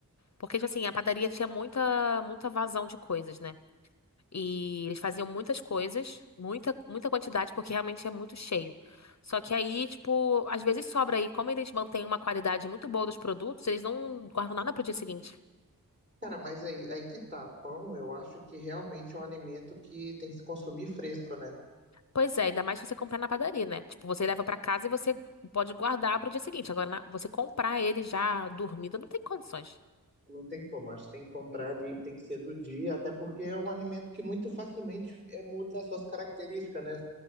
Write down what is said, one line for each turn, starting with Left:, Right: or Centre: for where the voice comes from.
Left: Porque, tipo assim, a padaria tinha muita, muita vazão de coisas, né? E eles faziam muitas coisas, muita, muita quantidade, porque realmente é muito cheio. Só que aí, tipo, às vezes sobra aí, como eles mantêm uma qualidade muito boa dos produtos, eles não guardam nada pro dia seguinte.
Right: Cara, mas aí, aí que tá. Pão, eu acho que realmente é um alimento que tem que se consumir fresco, né?
Left: Pois é, ainda mais se você comprar na padaria, né? Tipo, você leva pra casa e você pode guardar pro dia seguinte. Agora, na- você comprar ele já dormido, não tem condições.
Right: Não tem como, acho que tem que comprar ali, tem que ser do dia, até porque é um alimento que muito facilmente é, muda as suas características, né?